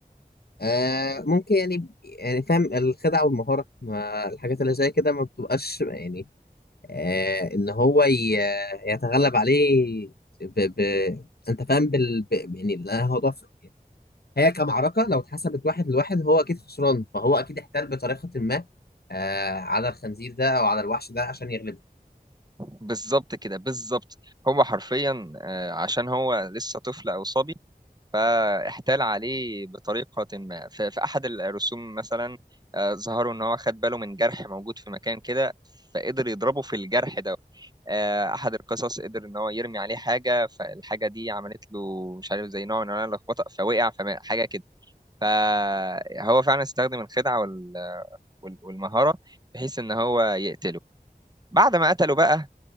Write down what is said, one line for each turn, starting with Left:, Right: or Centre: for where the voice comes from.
Left: آه ممكن يعني يعني فاهم الخدعة والمهارة ما الحاجات اللي زي كده ما بتبقاش يعني آه إن هو ي- يتغلب عليه ب... ب... أنت فاهم بال... ب... يعني لا، هو ضعف هي كمعركة لو اتحسبت واحد لواحد هو أكيد خسران فهو أكيد احتال بطريقة ما آه على الخنزير ده أو على الوحش ده عشان يغلبه
Right: بالظبط كده بالظبط هو حرفيا آه، عشان هو لسه طفل او صبي فاحتال عليه بطريقة ما ف- في أحد الرسوم مثلا آه، ظهروا إن هو خد باله من جرح موجود في مكان كده فقدر يضربه في الجرح ده آه، أحد القصص قدر إن هو يرمي عليه حاجة فالحاجة دي عملت له مش عارف زي نوع من أنواع اللخبطة فوقع فحاجة كده فهو فعلا استخدم الخدعة وال- وال- والمهارة بحيث إن هو يقتله بعد ما قتلوا بقى